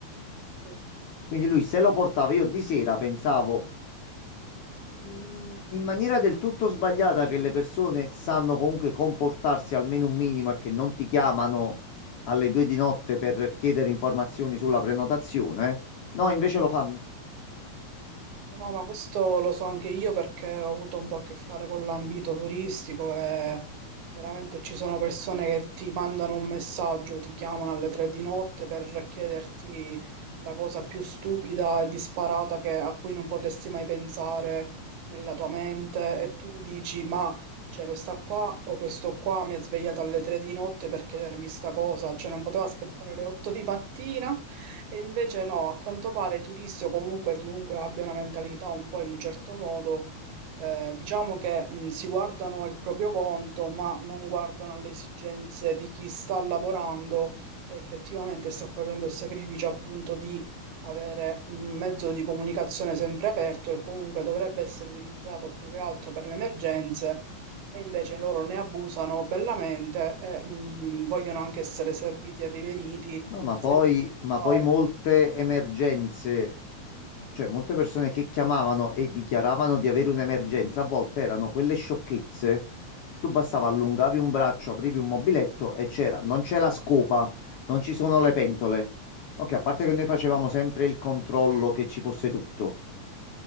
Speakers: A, on the right; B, on the left.
A: Mhm.
B: Quindi lui se lo portava io di sera, pensavo mh, in maniera del tutto sbagliata che le persone sanno comunque comportarsi almeno un minimo e che non ti chiamano alle due di notte per chiedere informazioni sulla prenotazione. eh?" No, invece lo fanno.
A: No, ma questo lo so anche io perché ho avuto un po' a che fare con l'ambito turistico e veramente ci sono persone che ti mandano un messaggio, ti chiamano alle tre di notte per chiederti la cosa più stupida e disparata che- a cui non potresti mai pensare nella tua mente e tu dici, ma cioè, questa qua o questo qua mi ha svegliato alle tre di notte per chiedermi sta cosa, cioè non poteva aspettare le otto di mattina e invece no, a quanto pare i turisti o comunque chiunque abbia una mentalità un po' in un certo modo, eh, diciamo che mh, si guardano il proprio conto, ma non guardano le esigenze di chi sta lavorando e effettivamente sta facendo il sacrificio appunto di avere un mezzo di comunicazione sempre aperto e comunque dovrebbe essere utilizzato più che altro per le emergenze e invece loro ne abusano bellamente e mh, vogliono anche essere serviti e riveriti
B: No, ma
A: senza
B: poi,
A: aspettare.
B: ma poi molte emergenze, cioè molte
A: Sì,
B: persone che chiamavano e dichiaravano di avere un'emergenza, a volte erano quelle sciocchezze che tu bastava allungavi un braccio, aprivi un mobiletto e c'era, non c'è la scopa, non ci sono le pentole. Ok, a parte che noi facevamo sempre il controllo che ci fosse tutto